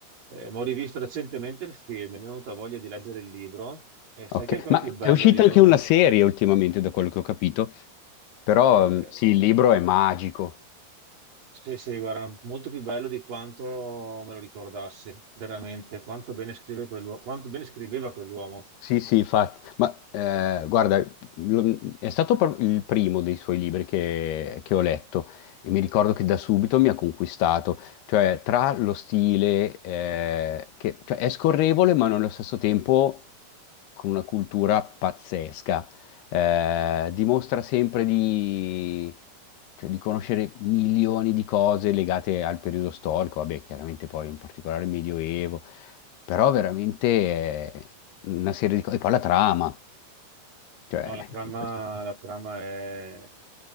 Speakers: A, on the right; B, on the left.
A: Eh, ma ho rivisto recentemente il film, mi è venuta voglia di leggere il libro, e sai
B: ok.
A: che è ancora
B: Ma
A: più bello,
B: è uscita
A: dico,
B: anche una serie ultimamente, da quello che ho capito, però
A: eh,
B: mm, sì, il libro è magico.
A: Sì, sì, guarda, molto più bello di quanto me lo ricordassi, veramente. Quanto bene scrive quell'uomo, quanto bene scriveva quell'uomo.
B: Sì, sì, infatti, ma eh, guarda, lo- è stato pro- il primo dei suoi libri che, che ho letto e mi ricordo che da subito mi ha conquistato, cioè tra lo stile eh, che cioè, è scorrevole ma nello stesso tempo con una cultura pazzesca, Eh, dimostra sempre di, cioè, di conoscere milioni di cose legate al periodo storico, vabbè, chiaramente poi in particolare il Medioevo. Però veramente eh, una serie di cose. E poi la trama, cioè,
A: No, la trama,
B: che,
A: la trama è